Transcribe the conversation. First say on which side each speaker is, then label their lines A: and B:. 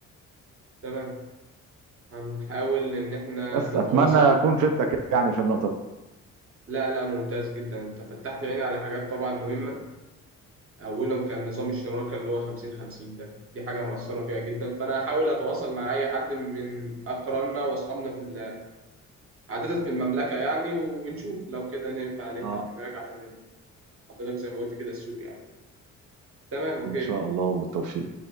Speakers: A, on the right; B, on the right.
A: تمام هنحاول إن إحنا
B: بس
A: نتواصل
B: اتمنى اكون فدتك يعني في النقطه دي
A: لا لا ممتاز جدا أنت فتحت عيني على حاجات طبعا مهمة أولهم كان نظام الشراكة اللي هو 50 50 ده دي حاجة مؤثرة فيها جدا فأنا هحاول أتواصل مع أي حد من أقراننا وأصحابنا في ال- عادة في المملكة يعني ونشوف لو كده ننفع نفتح
B: اه
A: هناك عشان ال- حضرتك زي ما قلت كده السوق يعني وكده. تمام أوكي
B: ان شاء الله وبالتوفيق